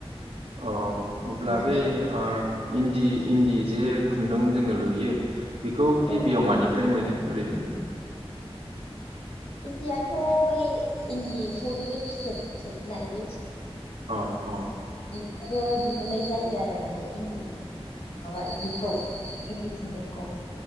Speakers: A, on the right; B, on the left.
A: अ अब्ला
B: माने
A: बे ओ इन्दि इन्दि जे खुन्दुं जोङो लुयो बेखौ
B: औ
A: गिबियाव मानिफ्राय मोनो? ओरैनो
B: इन्दियाथ' बै इन्दि एम्फौनि बे फिथोब थोबनाय बे
A: अ-अ
B: बिनिफ्रायनो दिहुननाय जायो आरो माने इन्दि माबा जिखौ इन्दि खुन्दुंखौ